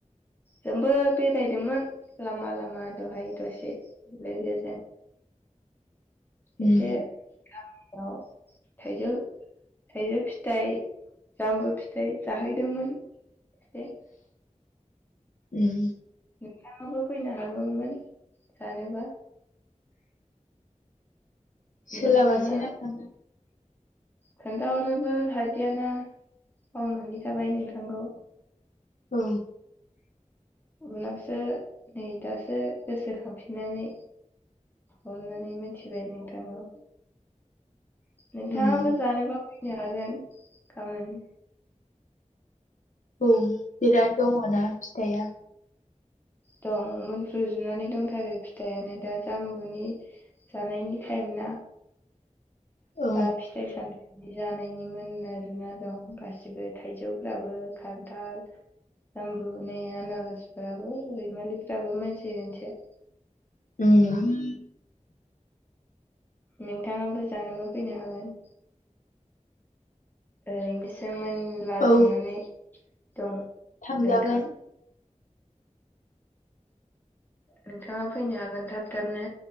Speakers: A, on the left; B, on the left.
A: जोंबो बेरायदोंमोन लामा लामा दहाय दसे लोगोजों
B: उम
A: एसे गा थाइजौ थाइजौ फिथाइ जामबु फिथाइ जाहैदोंमोन एसे
B: उम
A: नोंथांङाबो फैनो हागौमोन जानोबा
B: सोलाबासैना
A: नोंथाङा
B: थांनो
A: खोन्थाहरनोबो हादियाना बावनानै थाबाय नोंथांखौ
B: औ
A: उनावसो नै दासो गोसोखांफिननानै हरनानै मिथिबाय नोंथांखौ नोंथाङाबो
B: उम
A: जानोबा फैनो हागोन गामोन
B: औ बिराद दङना फिथाया
A: दं मफ्रुजुनानै दंथारो फिथाइयानो दा जामबुनि जानायनि टायेम ना
B: औ
A: दा फिथाइ सा जानायनि मोननो आरो ना दं गासिबो थाइजौफ्राबो खान्थाल जामबु नै आनारसफ्राबो रैमालिफ्राबो मोनथिगोनसो
B: उम
A: नोंथाङाबो जानोबा फैनो हागोन ओरैनोसो मोन ला
B: औ
A: जनानै दं
B: थांजागोन।
A: नोंथां नोंथाङा फैनो हागोन थाब थाबनो?